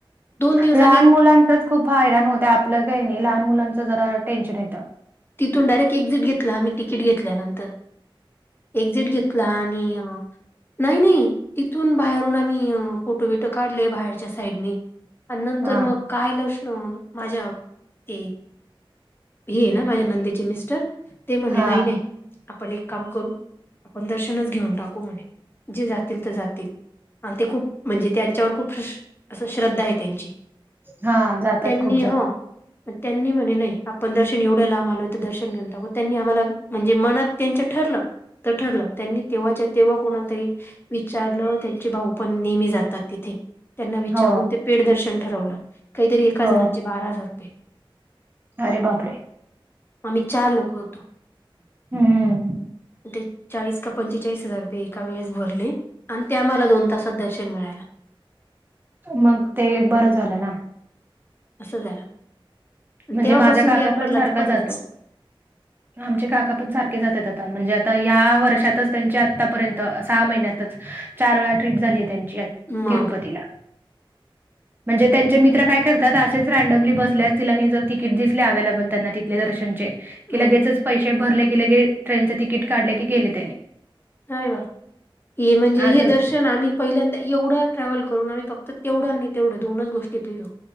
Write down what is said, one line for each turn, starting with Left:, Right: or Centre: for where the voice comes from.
Left: दिवस
Right: लहान
Left: आणि
Right: मुलांचच खूप हा हैराण होत आपलं काही नाही लहान मुलांचं जरा टेन्शन येतं
Left: तिथून डायेक्टक्झिट घेतलं आम् तिकट घेतल्यानंतर एक्झिट घेतला आणि नाही नाही तिथून बाहेरून आम्ही फोटो विटो काढले बाहेरच्या साईडने आणि नंतर
Right: हा
Left: मग काय लक्ष्ण माझ्या ते हे ना माझ्या नंदेचे मिस्टर ते म्हणणे
Right: हा
Left: नाही नाही आपण एक काम करू आपण दर्शनच घेऊन टाकू म्हणे जे जातील ते जातील. आणि ते खूप म्हणजे त्यांच्यावर खूप असं श्रद्धा आहे त्यांची-
Right: हा जातात
Left: त्यांनी
Right: खूप जण
Left: ह... मग त्यांनी म्हणे नाही आपण दर्शन एवढं ला आलो तर दर्शन घेऊन टाकू त्यांनी आम्हाला- म्हणजे मनात त्यांच ठरलं तर ठरलं त्यांनी तेव्हाच्या तेव्हा कोणालातरी विचारलं त्यांचे भाऊ पण नेहमी जातात तिथे. त्यांना विचारून
Right: हो
Left: ते पेड दर्शन ठरवलं काहीतरी एका
Right: हो
Left: जणाचे बारा हजार रुपये
Right: अरे बापरे
Left: आम्ही चार लोक होतो
Right: हम्म...
Left: ते चाळीस का पंचेचाळीस हजार रुपये एका वेळेस भरले आणि त्या मला दोन तासात दर्शन मिळाला
Right: मग ते बरं झालं ना.
Left: असं झालं-
Right: म्हणजे
Left: तेव्हापासून
Right: माझा काका
Left: गॅप
Right: पण
Left: पडला
Right: सारखा
Left: तर पडलाच
Right: जातो. आमचे काका पण सारखे जातात आता म्हणजे आता या वर्षातच त्यांचे आतापर्यंत सहा महिन्यातच चार वेळा ट्रीप झाली त्यांची
Left: मग
Right: तिरुपतीला म्हणजे त्यांचे मित्र काय करतात असेच रँडमली बसल्यात त्याना तिकीट दिसल्या अवलेबल त्यांना तिथले दर्शनचे की
Left: हम्
Right: लगेच पैसे भरले की लगे ट्रेनचं तिकीट काढले की गेले त्यानी
Left: नाहीय वा हे म्हणजे
Right: असंच
Left: हे दर्शन आम्ही पहिल्यांदा एवढा ट्रॅव्हल करून आम्ही फक्त तेवढं आणि तेवढं दोनच गोष्टी फिरलो.